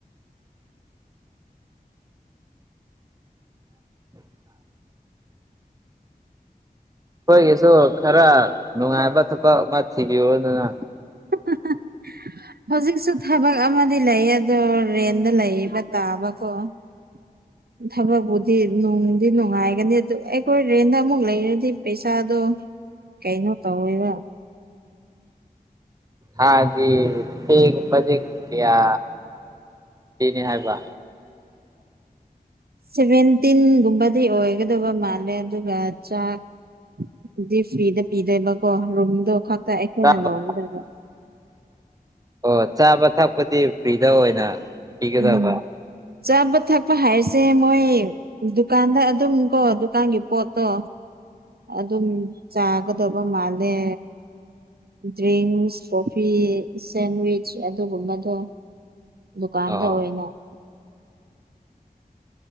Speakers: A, on the right; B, on the right.
A: <inaudible> ꯑꯩꯈꯣꯏꯒꯤꯁꯨ ꯈꯔ ꯅꯨꯡꯉꯥꯏꯕ ꯊꯕꯛ ꯑꯃ ꯊꯤꯕꯤꯌꯨ ꯗꯅ
B: <unintelligible> ꯍꯧꯖꯤꯛꯁꯨ ꯊꯕꯛ ꯑꯃꯗꯤ ꯂꯩ ꯑꯗꯣ ꯔꯦꯟꯗ ꯂꯩꯕ ꯇꯥꯕꯀꯣ <unintelligible> ꯊꯕꯛꯄꯨꯗꯤ ꯅꯨꯡꯗꯤ ꯅꯨꯡꯉꯥꯏꯒꯅꯤ ꯑꯗꯨ ꯑꯩꯈꯣꯏ ꯔꯦꯟꯗ ꯑꯃꯨꯛ ꯂꯩꯔꯗꯤ ꯄꯩꯁꯥꯗꯣ ꯀꯩꯅꯣ ꯇꯧꯋꯤꯕ
A: ꯊꯒꯤ ꯐ <unintelligible> ꯀꯌꯥ ꯄꯤꯅꯤ ꯍꯥꯏꯕ
B: ꯁꯦꯚꯦꯟꯇꯤꯟꯒꯨꯝꯕꯗꯤ ꯑꯣꯏꯒꯗꯕ ꯃꯥꯜꯂꯦ ꯑꯗꯨꯒ ꯆꯥꯛ <unintelligible> ꯐ꯭ꯔꯤꯗ ꯄꯤꯗꯦꯕꯀꯣ ꯔꯨꯝꯗꯣ ꯈꯛ ꯑꯩꯈꯣꯏꯅ
A: ꯆꯥꯕ
B: ꯂꯧꯒꯗꯕ
A: ꯑꯣ ꯆꯥꯕ ꯊꯛꯄꯗꯤ ꯐ꯭ꯔꯤꯗ ꯑꯣꯏꯅ ꯄꯤꯒꯗꯕ
B: ꯎꯝ ꯆꯥꯕ ꯊꯛꯄ ꯍꯥꯏꯁꯦ ꯃꯣꯏ ꯗꯨꯀꯥꯟꯗ ꯑꯗꯨꯝ ꯀꯣ ꯗꯨꯀꯥꯟꯒꯤ ꯄꯣꯠꯇꯣ ꯑꯗꯨꯝ ꯆꯥꯒꯗꯕ ꯃꯥꯜꯂꯦ ꯗ꯭ꯔꯤꯡꯁ ꯀꯣꯐꯤ ꯁꯦꯟꯋꯥꯆ ꯑꯗꯨꯒꯨꯝꯕꯗꯣ ꯗꯨ ꯀꯥꯟꯗ
A: ꯑꯣ
B: ꯑꯣꯏꯅ